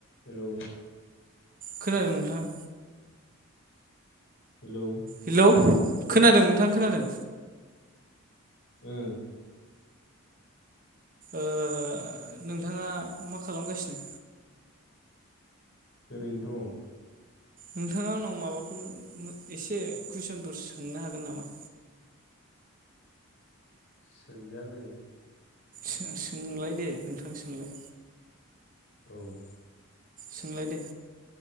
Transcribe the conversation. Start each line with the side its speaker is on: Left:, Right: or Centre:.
Left: Hello.
Right: खोनादों नोंथां?
Left: Hello
Right: hello खोनादों नोंथां? खोनादों?
Left: ओ।
Right: अ नोंथाङा मा खालामगासिनो?
Left: ओरैनो दं।
Right: नोंथाङा आंनाव माबाफोर एसे कुइसनफोर सोंनो हागोन नामा?
Left: सोंजागोन।
Right: सो-सोंलाय दे नोंथां सोंलाय।
Left: औ।
Right: सोंलायदे।